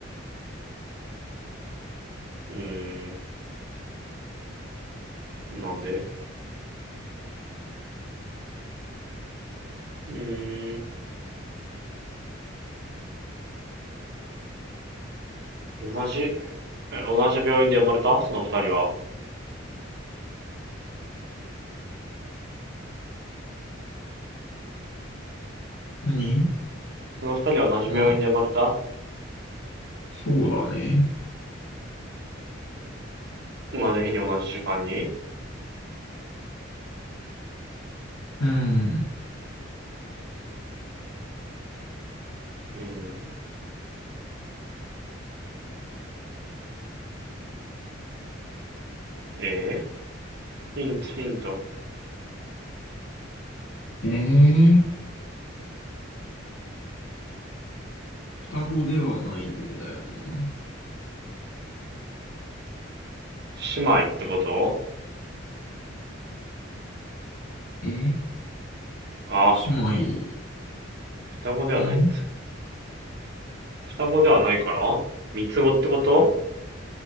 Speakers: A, on the right; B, on the left.
A: うーん、なんでうーん、同じ、え、同じ病院で生まれたその二人は。
B: 何
A: その二人は同じ病院で生まれた
B: ま、そうだね。
A: 同じ日に同じ時間に
B: うん。
A: うん。えー、ヒント、ヒント。
B: ええ双子ではないんだよな。
A: 姉妹ってこと
B: え
A: あ、
B: 姉妹。
A: 双子ではないっつ。
B: ん
A: 双子ではないから三つ子ってこと